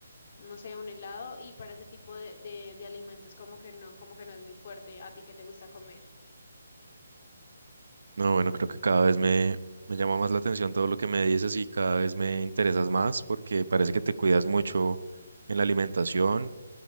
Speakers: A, on the left; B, on the right.
A: no sé, un helado y para ese tipo de, de, de alimentos como que no, como que no es muy fuerte. ¿A ti qué te gusta comer?
B: No, bueno, creo que cada vez me, me llama más la atención todo lo que me dices y cada vez me interesas más porque parece que te cuidas mucho en la alimentación